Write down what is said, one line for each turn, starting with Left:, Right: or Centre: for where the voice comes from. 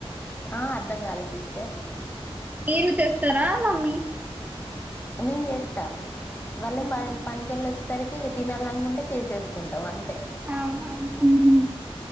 Left: ఆ అర్ధం కాలే సిస్టర్
Right: మీరు చేస్తారా మమ్మీ
Left: నేను చేస్తా వాళ్లు
Right: అవునా
Left: పని కి వెళ్లొచ్చే సారికి తినాలనుకుంటే చేసేసుకుంటాం అం
Right: అహ ఉహుమ్